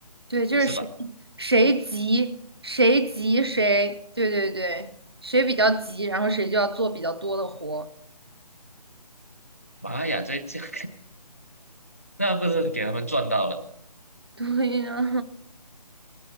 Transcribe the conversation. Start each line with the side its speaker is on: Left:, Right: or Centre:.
Right: 对，就是谁
Left: 是吧？
Right: 谁急谁急谁，对对对，谁比较急，然后谁就要做比较多的活，
Left: 妈呀，这这个 <laughs> 那不是给他们赚到了？
Right: <laughs> 对呀，